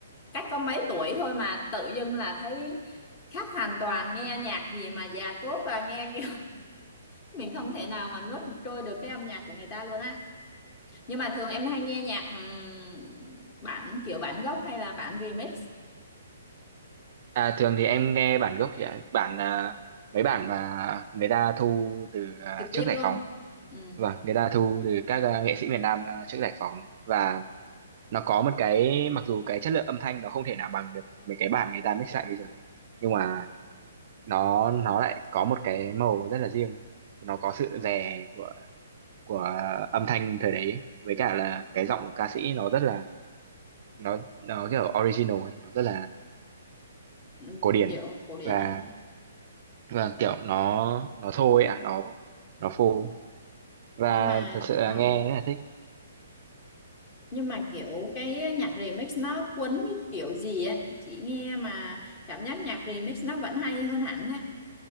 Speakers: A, on the left; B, on the right.
A: cách có mấy tuổi thôi mà tự dưng là thấy khác hoàn toàn nghe nhạc gì mà già cốt và nghe kiểu <laughs> mình không thể nào mà nuốt trôi được cái âm nhạc của người ta luôn á nhưng mà thường em hay nghe nhạc ừm, bản kiểu bản gốc hay là bản remix
B: À, thường thì em nghe bản gốc chị ạ, bản à, mấy bản mà người ta thu từ à,
A: trực
B: trước
A: tiếp
B: giải
A: luôn
B: phóng.
A: ừ
B: Vâng, người ta thu từ các à, nghệ sĩ miền Nam à, trước giải phóng và nó có một cái mặc dù cái chất lượng âm thanh nó không thể nào bằng được mấy cái bản người ta mix lại bây giờ ấy, nhưng mà nó nó lại có một cái màu rất là riêng, nó có sự rè của của âm thanh thời đấy ấy. với cả là cái giọng của ca sĩ nó rất là nó nó kiểu original ấy, nó rất là
A: ừ,
B: cổ điển
A: kiểu cổ điển
B: và
A: á
B: Vâng, kiểu nó nó thôi ạ, nó nó phô và
A: nhưng mà
B: thật sự là
A: ờ,
B: Ừ. nghe rất là thích.
A: nhưng mà kiểu cái nhạc remix nó quấn cái kiểu gì á chị nghe mà cảm giác nhạc remix nó vẫn hay hơn hẳn á